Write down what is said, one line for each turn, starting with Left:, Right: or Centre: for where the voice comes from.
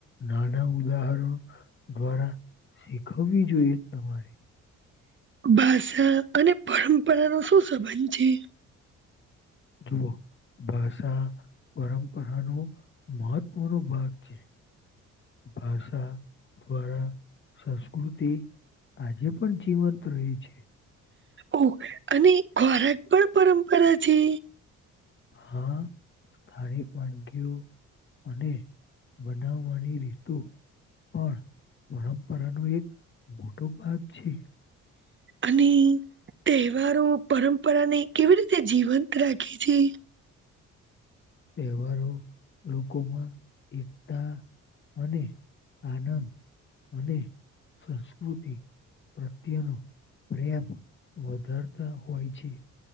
Left: નાના ઉદાહરણો દ્વારા શીખવવી જોઈએ, તમારે
Right: ભાષા અને પરંપરા નો શું સંબંધ છે?
Left: જુઓ, ભાષા પરંપરાનો મહત્વનો ભાગ છે. ભાષા દ્વારા સંસ્કૃતિ આજે પણ જીવંત રહી છે.
Right: ઓ અને ખોરાક પણ પરંપરા છે.
Left: હા સ્થાનિક વાનગીઓ, અને બનાવવાની રીત પણ પરંપરાનો એક મોટો ભાગ છે.
Right: અને તહેવારો પરંપરાને કેવી રીતે જીવંત રાખે છે.
Left: તહેવારો લોકોમાં એકતા અને આનંદ અને સંસ્કૃતિ પ્રત્યેનો પ્રેમ વધારતા હોય છે.